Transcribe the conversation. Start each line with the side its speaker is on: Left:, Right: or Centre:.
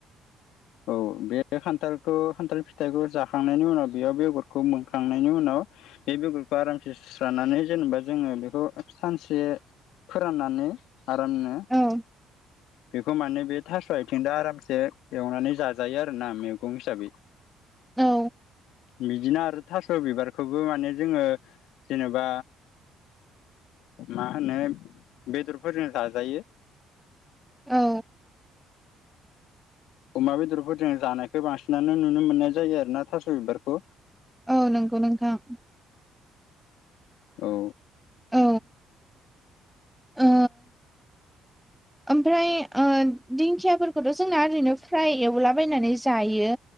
Left: औ बे खान्थालखौ खान्थाल फिथाइखौ जाखांनायनि उनाव बेयाव बेगरखौ मोनखांनायनि उनाव बे बेगरखौ आरामसे सुस्राना नानै जेनेबा जोङो बेखौ सानसे फोराननानै आरामनो-
Centre: औ
Left: बेखौ माने बे थास' आइथिंजों आरामसे एवनानै जाजायो आरोना मैगं हिसाबै।
Centre: औ
Left: बिदिनो आरो थास' बिबारखौबो माने जोङो जेनेबा मा होनो बेदरफोरजों जाजायो।
Centre: औ
Left: अमा बेदरफोरजों जानायखौ बांसिनानो नुनो मोननाय जायो आरो ना थास' बिबारखौ
Centre: औ नंगौ नोंथां।
Left: औ
Centre: औ औ ओमफ्राय दिंखियाफोरखौथ' जोंना ओरैनो फ्राय एवलाबायनानै जायो।